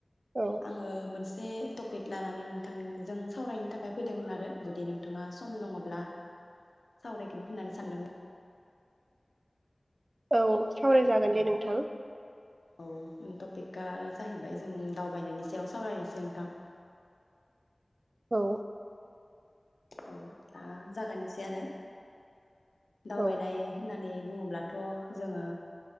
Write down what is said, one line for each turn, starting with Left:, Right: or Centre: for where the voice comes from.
Right: औ
Left: आङो मोनसे एसे टपिक लानानै नोंथांजों सावरायनो थाखाय फैदोंमोन आरो जुदि नोंथाङा सम दङब्ला सावरायगोन होननानै सानदोंमोन
Right: औ सावरायजागोन दे नोंथां
Left: औ टपिकआ आरो जाहैबाय जों दावबायनायनि सायाव सावरायनोसै नोंथां
Right: औ
Left: औ दा जागायनोसै आरो दावबायनाय
Right: औ
Left: होननानै बुङोब्लाथ' जोङो